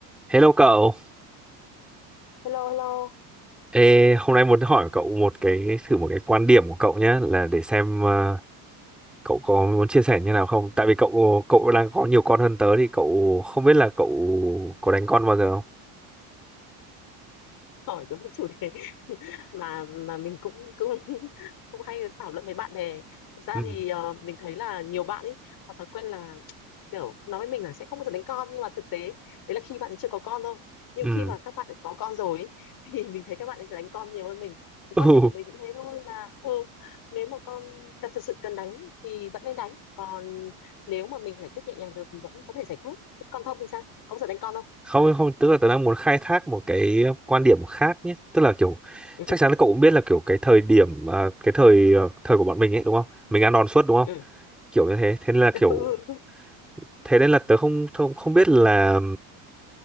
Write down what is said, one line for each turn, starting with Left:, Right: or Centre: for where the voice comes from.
Centre: Hello cậu,
Left: Hello, hello.
Centre: Ê, hôm nay muốn hỏi cậu một cái thử một cái quan điểm của cậu nhé là để xem ờ, cậu có muốn chia sẻ như nào không? Tại vì cậu cậu đang có nhiều con hơn tớ thì cậu không biết là cậu có đánh con bao giờ không?
Left: Hỏi đúng cái chủ đề <laughs> mà mà mình cũng cũng <laughs> cũng hay thảo luận với bạn bè. Thực ra
Centre: Ừ.
Left: thì ờ, mình thấy là nhiều bạn ấy có thói quen là kiểu nói với mình là sẽ không bao giờ đánh con nhưng mà thực tế đấy là khi bạn ấy chưa có con thôi. Nhưng
Centre: Ừ.
Left: khi mà các bạn ấy có con rồi ấy, <laughs> thì mình thấy các bạn ấy đánh con nhiều hơn mình. Cái quan
Centre: <laughs>
Left: điểm của mình
Centre: Ừ.
Left: cũng thế thôi là ừ nếu mà con thật thật sự cần đánh thì vẫn nên đánh. Còn nếu mà mình giải quyết nhẹ nhàng được thì vẫn có thể giải quyết. Thế còn không thì sao? Có bao giờ đánh con không?
Centre: Không không tức là tớ đang muốn khai thác một cái quan điểm khác nhé, tức là kiểu
Left: Ừ.
Centre: chắc chắn là cậu cũng biết là kiểu cái thời điểm à, cái thời ờ, thời của bọn mình ấy đúng không? Mình ăn đòn suốt đúng không?
Left: Ừ.
Centre: kiểu như thế thế nên là
Left: <laughs>
Centre: kiểu thế nên là tớ không không không biết là